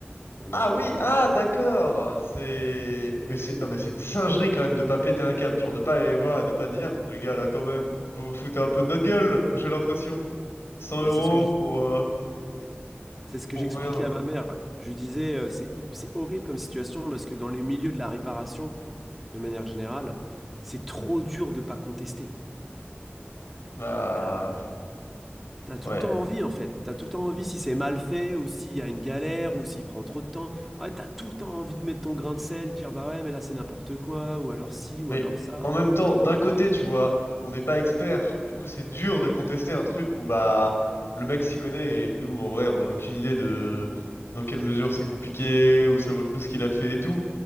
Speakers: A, in the centre; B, on the left (about 75°).
A: Elle m'a
B: Ah oui,
A: m'a redemandé.
B: ah d'accord, c'est... Mais c'est... Non mais c'est une singerie quand même de pas péter un câble, genre de pas aller voir et de pas dire, les gars là quand même, vous vous foutez un peu de notre gueule, j'ai l'impression, 100
A: Ouais,
B: euros
A: c'est ce que je dis.
B: pour, euh,
A: C'est ce que
B: pour
A: j'expliquais
B: rien.
A: à ma mère. Je lui disais, euh, c'est hip- c'est horrible comme situation parce que dans les milieux de la réparation, de manière générale, c'est trop dur de pas contester.
B: Bah
A: T'as- T'as tout
B: ouais.
A: le temps envie en fait, t'as tout le temps envie si c'est mal fait ou s'il y a une galère ou s'il prend trop de temps. Ouais, t'as tout le temps envie de mettre ton grain de sel, de dire bah ouais mais là c'est n'importe quoi ou alors ci ou
B: Mais
A: alors ça.
B: en même temps, d'un côté tu vois, on n'est pas experts, du coup c'est dur de contester un truc où bah le mec s'y connaît et nous en vrai on n'a aucune idée de dans quelle mesure c'est compliqué, où ça vaut le coup ce qu'il a fait et tout.